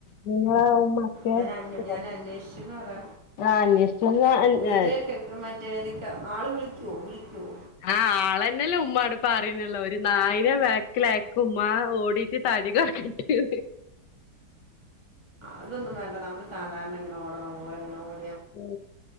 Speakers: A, on the left; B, on the right.
A: നിങ്ങളെ മൻ്റെ
B: ഞാൻ
A: ഇത്
B: അന്വ
A: ഇസെ
B: ഞാൻ അന്വേഷിച്ചു എന്ന് പറ
A: ആഹ അന്വേഷിച്ചു എന്ന്
B: എന്നിട്ട്
A: എ
B: മറ്റേ നിക്ക ആള് വിളിക്കുവോ വിളിക്കുവോ.
A: ആഹ് ആളന്നെല്ലേ ഉമ്മാ അട് പ്പറി റിയുന്നുല്ലോ ഒരു നായനെ ബാക്കില് അയക്കു ഉമ്മ ഓടിയിട്ട് തടി കുറയ്ക്കട്ടെ.
B: അതൊന്നും വേണ്ട നമ്മള് സാധാരണ ഇങ്ങനെ ഓടണം പോലെ അങ്ങനെ ഓടി.
A: ഉ